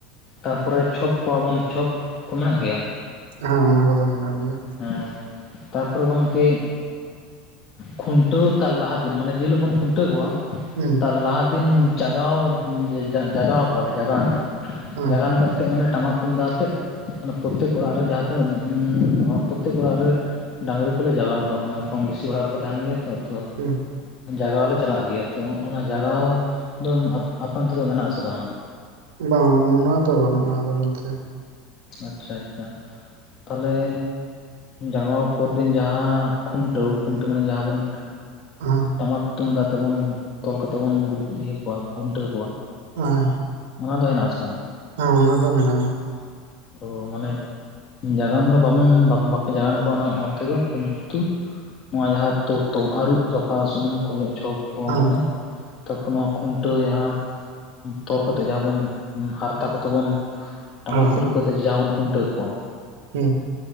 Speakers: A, on the left; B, on the right.
A: ᱛᱟᱨᱯᱚᱨᱮ ᱪᱷᱚᱯ ᱠᱚᱣᱟᱵᱚᱱ ᱪᱷᱚᱯ ᱠᱚ ᱢᱮᱱᱟᱜ ᱜᱮᱭᱟ?
B: ᱦᱮᱸ ᱚᱱᱟ ᱠᱚᱫᱚ ᱢᱮᱱᱟᱜ ᱜᱮᱭᱟ᱾
A: ᱦᱮᱸ ᱛᱟᱯᱚᱨᱮ ᱜᱚᱢᱠᱮ ᱠᱷᱩᱱᱴᱟᱹᱣ ᱛᱟᱨ ᱞᱟᱦᱟ ᱫᱤᱱ᱾ ᱢᱟᱱᱮ ᱡᱮᱦᱤᱞᱳᱜ ᱵᱚᱱ ᱠᱷᱩᱱᱴᱟᱹᱣ ᱠᱚᱣᱟ᱾
B: ᱦᱩᱸ᱾
A: ᱞᱟᱦᱟ ᱫᱤᱱ ᱡᱟᱜᱟᱣ ᱡᱟ-ᱡᱟ-ᱡᱟᱜᱟᱣ ᱠᱚᱣᱟᱞᱮ ᱡᱟᱜᱟᱣᱱᱟ᱾
B: ᱦᱮᱸ
A: ᱡᱟᱜᱟᱱ ᱦᱤᱞᱳᱜᱛᱮᱫ ᱢᱟᱱᱮ ᱴᱟᱢᱟᱠ ᱛᱩᱢᱫᱟᱜ ᱟᱛᱮᱜ ᱯᱨᱚᱛᱛᱮᱠ ᱚᱲᱟᱜ ᱨᱮ ᱡᱟᱦᱟᱸ ᱛᱤᱱᱟᱹᱜ ᱩᱸᱢ ᱯᱨᱚᱛᱛᱮᱠ ᱚᱲᱟᱜ ᱨᱮ ᱰᱟᱝᱨᱤ ᱠᱚᱞᱮ ᱡᱟᱜᱟᱱ ᱠᱚᱣᱟ ᱢᱚᱱᱮ ᱠᱚᱢ ᱵᱤᱥᱤ ᱚᱲᱟᱜ ᱨᱮᱠᱚ ᱛᱟᱦᱮᱱ ᱜᱮᱭᱟ ᱛᱚ ᱛᱚ᱾
B: ᱦᱩᱸ᱾
A: ᱡᱟᱜᱟᱣ ᱞᱮ ᱪᱟᱞᱟᱜ ᱜᱮᱭᱟ ᱛᱚ ᱚᱱᱟ ᱡᱟᱜᱟᱣ ᱫᱚ ᱟᱯ-ᱟᱯᱮ ᱚᱱᱛᱮ ᱫᱚ ᱢᱮᱱᱟᱜ ᱟᱥᱮ ᱵᱟᱝ?
B: ᱵᱟᱝ ᱚᱱᱟ ᱫᱚ ᱵᱟᱹᱱᱩᱜᱼᱟ ᱟᱞᱮ ᱱᱚᱱᱛᱮ᱾
A: ᱟᱪᱪᱷᱟ ᱟᱪᱪᱷᱟ ᱛᱟᱞᱦᱮ ᱡᱟᱜᱟᱣ ᱯᱚᱨ ᱫᱤᱱ ᱡᱟᱦᱟᱸ ᱠᱷᱩᱱᱴᱟᱹᱣ᱾ ᱠᱷᱩᱱᱴᱟᱹᱣ ᱢᱟᱱᱮ ᱡᱟᱦᱟᱸ ᱵᱚᱱ
B: ᱟᱸ᱾
A: ᱴᱟᱢᱟᱠ ᱛᱩᱢᱫᱟᱜ ᱛᱮᱵᱚᱱ ᱛᱚᱞ ᱠᱟᱛᱮ ᱵᱩᱱ ᱤᱭᱟᱹ ᱠᱚᱣᱟ, ᱜᱩᱱᱴᱟᱹᱣ ᱠᱚᱣᱟ᱾
B: ᱦᱮᱸ,
A: ᱚᱱᱟ ᱫᱚ ᱦᱮᱱᱟᱜ ᱟᱥᱮ ᱵᱟᱝ
B: ᱦᱮᱸ ᱚᱱᱟ ᱫᱚ ᱢᱮᱱᱟᱜᱼᱟ᱾
A: ᱛᱚ ᱢᱟᱱᱮ ᱡᱟᱜᱟᱱ ᱫᱚ ᱵᱟᱵᱚᱱ ᱵᱟᱯᱮ ᱡᱟᱜᱟᱱ ᱠᱚᱣᱟ ᱚᱱᱟ ᱚᱱᱛᱮ ᱫᱚ ᱠᱤᱱᱛᱩ ᱱᱚᱣᱟ ᱡᱟᱦᱟᱸ ᱛᱚ-ᱛᱚ ᱟᱨᱩᱵ ᱥᱟᱯᱷᱟ ᱥᱩᱱᱩᱢ ᱠᱚ ᱚᱡᱚᱜ ᱪᱷᱚᱠ ᱠᱚ
B: ᱦᱮᱸ
A: ᱢᱟᱱᱮ ᱛᱟᱨᱯᱚᱨ ᱱᱚᱣᱟ ᱠᱷᱩᱱᱴᱟᱹᱣ ᱡᱟᱦᱟᱸ, ᱛᱚᱞ ᱠᱟᱛᱮ ᱡᱟᱦᱟᱸ ᱵᱚᱱ ᱦᱟᱨ ᱛᱟ ᱠᱚᱛᱮ ᱵᱚᱱ ᱴᱟᱢᱟᱠ
B: ᱦᱟᱸ
A: ᱨᱩ ᱡᱟᱦᱟᱸ ᱵᱚᱱ ᱠᱷᱩᱱᱴᱟᱹᱣ ᱠᱚᱣᱟ᱾
B: ᱦᱩᱸ᱾